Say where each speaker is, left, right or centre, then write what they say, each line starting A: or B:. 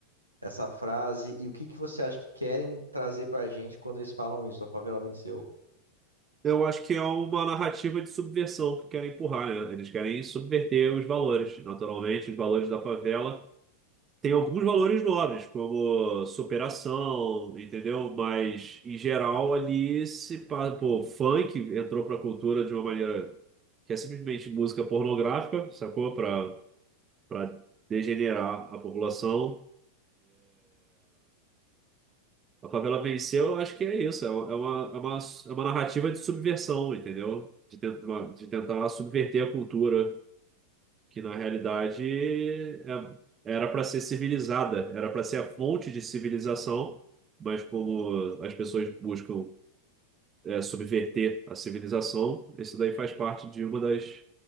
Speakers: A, on the right; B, on the right.
A: essa frase e o que que você acha que querem trazer pra gente quando eles falam isso, a favela venceu?
B: Eu acho que é uma narrativa de subversão que querem empurrar, né? Eles querem subverter os valores. Naturalmente, os valores da favela têm alguns valores nobres, como superação, entendeu? Mas, em geral, ali se... pa- Pô, funk entrou pra cultura de uma maneira que é simplesmente música pornográfica, sacou? Pra para degenerar a população. A favela venceu, eu acho que é isso. É uma, é uma, é uma é uma narrativa de subversão, entendeu? De, tent- uma- de tentar subverter a cultura, que na realidade é- era para ser civilizada, era para ser a fonte de civilização, mas como as pessoas buscam é, subverter a civilização, isso daí faz parte de uma das